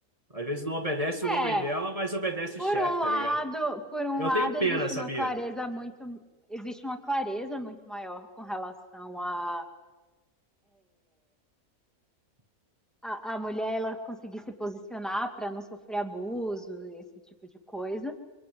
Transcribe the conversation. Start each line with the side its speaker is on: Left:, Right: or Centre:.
Right: Às vezes não obedece
Centre: É,
Right: o homem dela, mas obedece
Centre: Por
Right: o chefe,
Centre: um lado,
Right: tá ligado?
Centre: por um
Right: Eu
Centre: lado
Right: tenho pena,
Centre: existe
Right: sabia?
Centre: uma clareza muito, existe uma clareza muito maior com relação a a, a mulher ela conseguir se posicionar para não sofrer abuso, esse tipo de coisa.